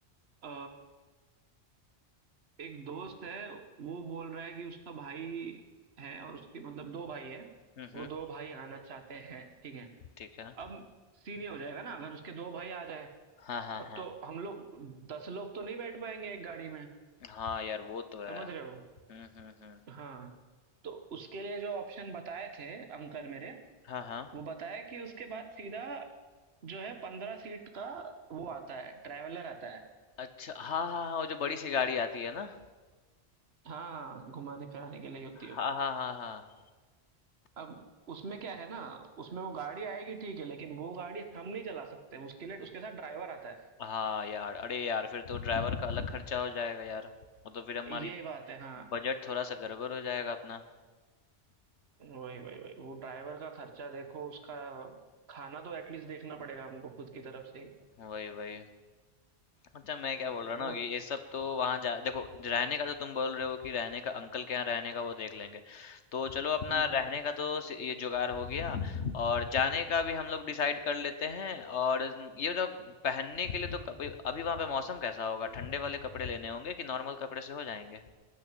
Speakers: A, on the right (about 65°); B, on the left (about 80°).
A: अ, एक दोस्त है वो बोल रहा है कि उसका भाई है और उसके मतलब 2 भाई हैं,
B: हम्म
A: वो
B: हम्म
A: 2 भाई आना चाहते हैं, ठीक है।
B: ठीक है
A: अब सीन ये हो जाएगा ना अगर उसके दो भाई आ जाए
B: हाँ हाँ
A: अब
B: हाँ
A: तो हम लोग दस लोग तो नहीं बैठ पाएंगे एक गाड़ी में
B: हाँ यार वो तो है
A: समझ रहे हो
B: हम्म हम्म हम्म
A: हाँ तो उसके लिए जो ऑप्शन बताए थे अंकल मेरे
B: हाँ हाँ
A: वो बताया कि उसके बाद सीधा जो है पंद्रह सीट का वो आता है ट्रैवलर आता है
B: अच्छा हाँ हाँ हाँ वो जो बड़ी सी गाड़ी आती है ना
A: हाँ घुमाने फिराने के लिए होती है
B: हाँ हाँ हाँ हाँ
A: अब उसमें क्या है ना उसमें वो गाड़ी आएगी ठीक है लेकिन वो गाड़ी हम नहीं चला सकते उसके लिए उसके साथ ड्राइवर आता है
B: हाँ यार अरे यार फिर तो ड्राइवर का अलग खर्चा हो जाएगा यार वो तो फिर हमारी
A: ये बात है हाँ
B: बजट थोड़ा सा गड़बड़ हो जाएगा अपना
A: वही वही वही वो ड्राइवर का खर्चा देखो उसका खाना तो एटलीस्ट देखना पड़ेगा हमको खुद की तरफ से ही
B: वही वही अच्छा मैं क्या बोल
A: तो
B: रहा
A: वो
B: ना ये ये सब तो वहाँ जा देखो रहने का तो तुम बोल रहे हो कि रहने का अंकल के यहाँ रहने का वो देख लेंगे तो चलो अपना
A: हम्म
B: रहने का तो सि- ये जुगाड़ हो गया और जाने का भी हम लोग डिसाइड कर लेते हैं और ये बताओ पहनने के लिए तो कभी अभी वहाँ पे मौसम कैसा होगा ठंडे वाले कपड़े लेने होंगे कि नॉर्मल कपड़े से हो जाएंगे